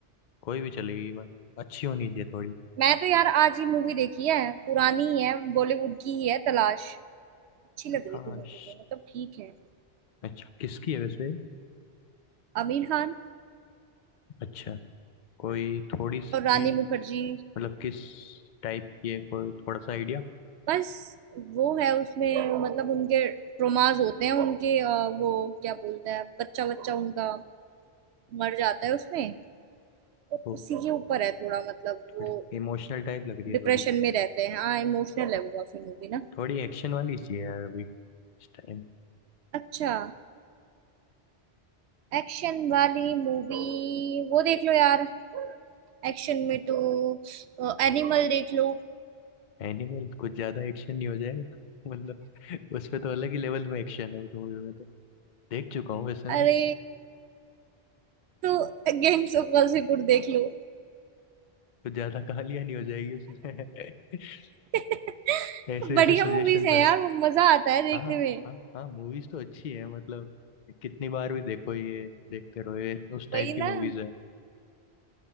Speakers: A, on the left; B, on the right.
A: कोई भी चलेगी बस अच्छी होनी चाहिए थोड़ी
B: मैं तो यार आज ही मूवी देखी है पुरानी ही है बॉलीवुड की ही है तलाश अच्छी
A: तो
B: लग रही
A: काश
B: थी मुझे वो मतलब ठीक है
A: अच्छा किसकी है वैसे
B: आमिर खान
A: अच्छा कोई थोड़ी सी
B: और रानी
A: हिंट
B: मुखर्जी
A: मतलब किस टाइप की है कोई थोड़ा सा आइडिया
B: बस वो है उसमें मतलब उनके ट्रोमाज होते हैं उनके अ, वो क्या बोलते हैं बच्चा बच्चा उनका मर जाता है उसमें तो
A: हो
B: उसी के ऊपर है थोड़ा मतलब
A: थोड़ी
B: वो
A: इमोशनल टाइप लग रही है
B: डिप्रेशन
A: थोड़ी
B: में रहते हैं हाँ इमोशनल है वो काफी मूवी ना
A: थोड़ी एक्शन वाली चाहिए यार अभी इस टाइम
B: अच्छा एक्शन वाली मूवी वो देख लो यार एक्शन में तो एनिमल देख लो
A: एनिमल कुछ ज्यादा एक्शन नहीं हो जाएगा <laughs> मतलब उसमें तो अलग ही लेवल में एक्शन है उस मूवी में तो देख चुका हूँ वैसे
B: अरे
A: मैं
B: तो गैंग्स ऑफ वासेपुर देख लो
A: कुछ ज्यादा गालियां नहीं हो जाएगी उसमें <laughs>
B: <laughs>
A: ऐसे
B: बढ़िया
A: ऐसे सजेशन
B: मूवीज है
A: आ
B: यार
A: रहे
B: वो मजा आता है देखने
A: हाँ
B: में
A: हाँ हाँ मूवीज तो अच्छी है मतलब कितनी बार भी देखो ये देखते रहो ये उस टाइप
B: वही
A: की
B: ना
A: मूवीज है